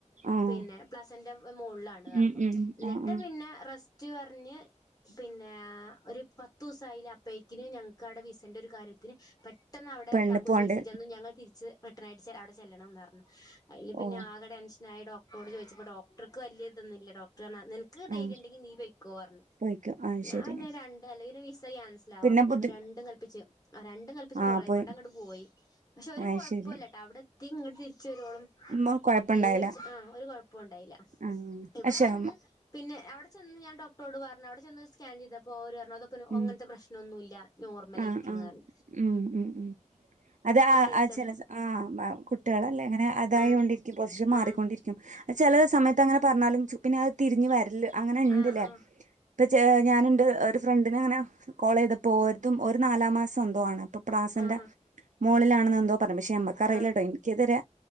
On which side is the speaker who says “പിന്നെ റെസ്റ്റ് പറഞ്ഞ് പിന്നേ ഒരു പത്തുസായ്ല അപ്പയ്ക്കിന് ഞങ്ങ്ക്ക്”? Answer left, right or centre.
Left